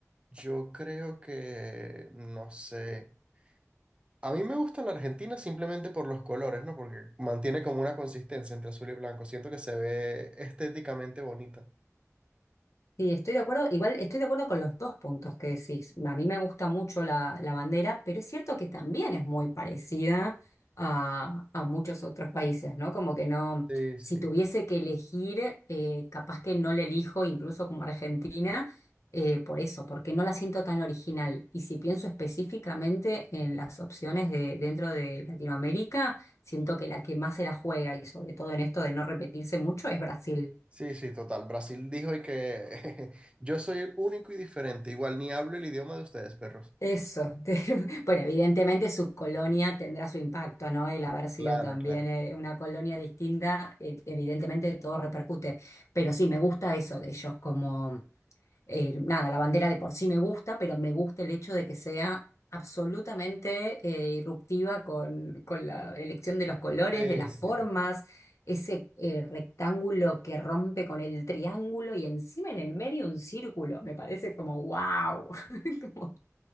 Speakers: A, on the right; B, on the left.
A: Yo creo que, no sé. A mí me gusta la Argentina simplemente por los colores, ¿no? Porque mantiene como una consistencia entre azul y blanco. Siento que se ve estéticamente bonita.
B: Sí, estoy de acuerdo. Igual estoy de acuerdo con los dos puntos que decís. A mí me gusta mucho la, la bandera, pero es cierto que también es muy parecida a, a muchos otros países, ¿no? Como que no,
A: Sí, sí.
B: si tuviese que elegir, eh, capaz que no la elijo, incluso como Argentina, eh, por eso, porque no la siento tan original. Y si pienso específicamente en las opciones de dentro de Latinoamérica, siento que la que más se la juega, y sobre todo en esto de no repetirse mucho, es Brasil.
A: Sí, sí, total. Brasil dijo y que <laughs> yo soy único y diferente. Igual ni hablo el idioma de ustedes, perros.
B: Eso. <laughs> te- bueno, evidentemente su colonia tendrá su impacto, ¿no? El haber sido
A: Claro,
B: también
A: claro.
B: eh, una colonia distinta, eh, evidentemente todo repercute. Pero sí, me gusta eso de ellos, como, eh, nada, la bandera de por sí me gusta, pero me gusta el hecho de que sea absolutamente eh, irruptiva con, con la elección de los colores,
A: Sí,
B: de las
A: sí,
B: formas,
A: total.
B: ese eh, rectángulo que rompe con el triángulo y encima en el medio un círculo. Me parece como, wow. <laughs>